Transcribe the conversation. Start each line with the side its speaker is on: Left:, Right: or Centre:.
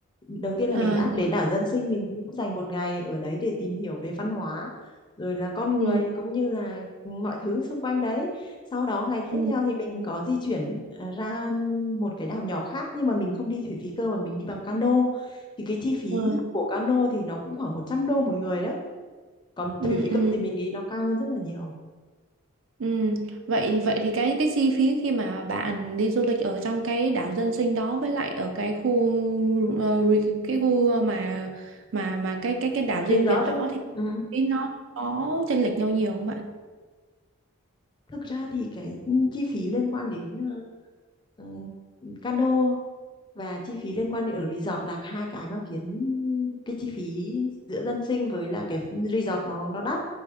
Left: đầu tiên là
Right: À,
Left: mình đã đến đảo dân sinh mình cũng dành một ngày ở đấy để tìm hiểu về văn hóa rồi là con người
Right: ừ,
Left: cũng như là mọi thứ xung quanh đấy sau đó ngày
Right: ừ,
Left: tiếp theo thì mình có di chuyển à, ra một cái đảo nhỏ khác nhưng mà mình không đi thủy phí cơ mà mình đi bằng cano thì cái chi phí
Right: ừ,
Left: của cano thì nó cũng khoảng 100 đô một người đấy còn
Right: ừ,
Left: thủy phí cơ
Right: ừ.
Left: thì mình nghĩ nó cao hơn rất là nhiều
Right: ừ. Vậy vậy thì cái cái chi phí khi mà bạn đi du lịch ở trong cái đảo dân sinh đó với lại ở cái khu ờ, re- cái khu mà mà mà cái cái cái đảo riêng
Left: resort
Right: biệt đó
Left: á
Right: thì
Left: ừ.
Right: nó có chênh lệch nhau nhiều không bạn?
Left: thực ra thì cái chi phí liên quan đến ờ, ờ, cano và chi phí liên quan đến ở resort là hai cái mà khiến cái chi phí giữa dân sinh với là cái resort nó nó đắt